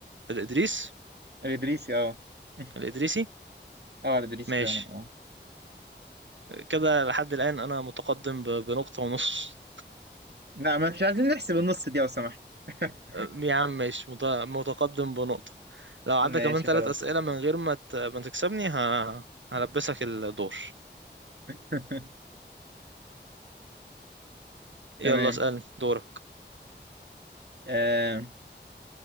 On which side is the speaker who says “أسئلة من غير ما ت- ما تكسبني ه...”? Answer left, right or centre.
Right